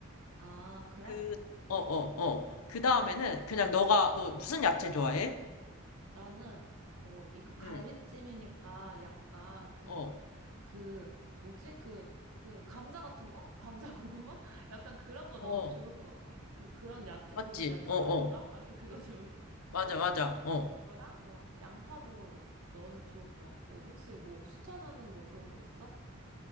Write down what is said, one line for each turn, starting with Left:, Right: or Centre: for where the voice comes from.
Right: 아, 그래?
Left: 그, 어, 어, 어. 그 다음에는 그냥 너가, 너 무슨 야채 좋아해?
Right: 나는 어 이거 갈비찜이니까
Left: 응,
Right: 약간 그
Left: 어,
Right: 막 그 뭐지 그 그 감자 같은 거? 감자 고구마? <laughs> 약간 그런 거 넣어도
Left: 어.
Right: 좋을 것 같아. 그 그런 야채
Left: 맞지?
Right: 그건 야채가
Left: 어, 어.
Right: 아닌가? 아무튼 그거 <laughs> 좋을 그거
Left: 맞아,
Right: 어쨌든
Left: 맞아. 어.
Right: 그거랑 뭐 양파도 넣으면 좋을 것 같고 혹시 뭐 추천하는 뭐 그런 거 있어?